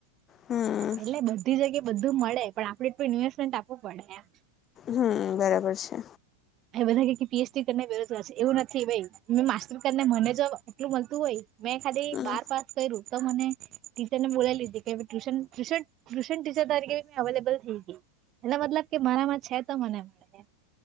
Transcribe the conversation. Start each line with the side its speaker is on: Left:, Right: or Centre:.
Left: હમ
Right: એટલે બધી જગ્યાએ બધું મળે પણ આપડે એટલુ ઇન્વેસ્ટમેન્ટ આપવું પડે એમ
Left: હમ્મ બરાબર છે
Right: હ બધા પીએચડી કરને બેરોજગાર છે એવું નથી ભાઈ માસ્ટર કરી ને મને જ આટલું મળતું હોય. મેં ખાલી
Left: હમ
Right: બાર પાસ કર્યું. તો મને ટીચરને બોલાઈ લીધી કે ટ્યુશન ટ્યુશન ટ્યુશન ટીચર તરીકે મેં અવેલેબલ થઈ ગઈ. એનો મતલબ કે મારામાં છે તો મને મળે એમ.